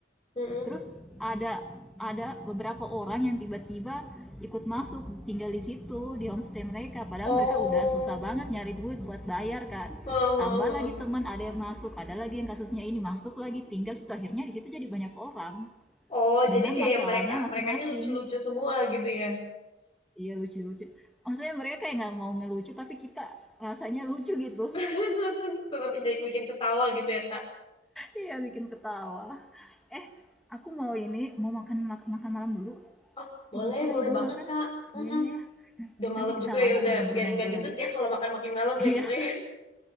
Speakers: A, on the left; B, in the centre.
A: Mm-mm.
B: terus ada ada beberapa orang yang tiba-tiba ikut masuk tinggal di situ di homestay mereka padahal
A: Oh,
B: mereka udah susah banget nyari duit buat bayar kan
A: heeh, heeh,
B: tambah
A: heeh.
B: lagi teman ada yang masuk ada lagi yang kasusnya ini masuk lagi tinggal situ akhirnya di situ jadi banyak orang
A: Oh,
B: dengan
A: jadi kayak
B: masalahnya
A: mereka,
B: masing-masing
A: merekanya lucu-lucu semua gitu ya.
B: iya lucu-lucu maksudnya mereka kayak nggak mau ngelucu tapi kita rasanya lucu gitu
A: <laughs> Tetap jadi bikin ketawa gitu ya, Kak.
B: Iya bikin ketawa. Eh, aku mau ini mau makan mak- makan malam dulu.
A: Oh,
B: Aku
A: boleh,
B: lupa lagi
A: boleh
B: belum
A: banget,
B: makan.
A: Kak. Mm-mm.
B: Iya iya ya. Nah,
A: Udah
B: Nanti
A: malam
B: kita
A: juga
B: lanjut
A: ya, udah
B: ngobrol-ngobrol
A: biar nggak gendut
B: lagi.
A: ya kalau makan makin malam
B: Iya,
A: ya gitu ya.